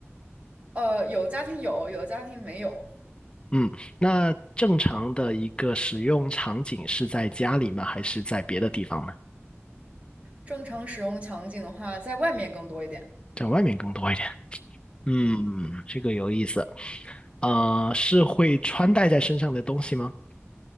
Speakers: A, on the right; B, on the left.
A: 呃，有的家庭有，有的家庭没有。
B: 嗯，那正常的一个使用场景是在家里吗？还是在别的地方呢？
A: 正常使用场景的话，在外面更多一点。
B: 在外面更多一点。嗯，
A: 嗯。
B: 这个有意思。啊，是会穿戴在身上的东西吗？